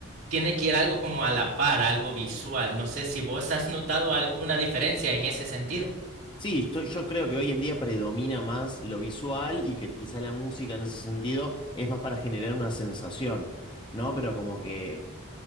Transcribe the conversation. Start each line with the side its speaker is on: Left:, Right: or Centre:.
Right: tiene que ir algo como a la par, algo visual. No sé si vos has notado alguna diferencia en ese sentido.
Left: Sí, yo, yo creo que hoy en día predomina más lo visual y que quizá la música en ese sentido es más para generar una sensación, ¿no? Pero como que,